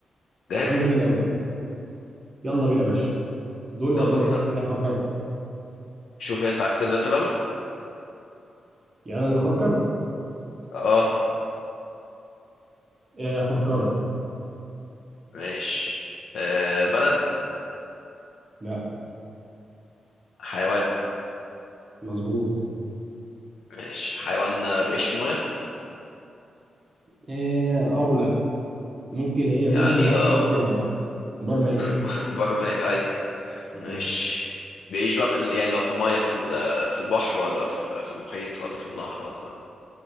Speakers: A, on the left; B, on the right.
A: جاهز
B: كلام جميل قوي يلا بينا يا باشا دوري ودورك
A: يلا بينا
B: مين هيفكر
A: شوف انت عايز تبدأ انت الاول
B: يعني انا اللي افكر
A: اه
B: إيه فكرت
A: ماشي آه، بلد
B: لا
A: حيوان
B: مظبوط
A: ماشي حيوان آه، بيعيش في المية
B: إيه او لا ممكن هي ممكن
A: يعني
B: هكا
A: آه،
B: ممكن هكا بار مائي
A: <laughs> بر مية أيوة
B: اه
A: ماشي بيعيش بقى في ال... يعني لو في المية في ال... آه، في البحر ولا في... في المحيط ولا في النهر ولا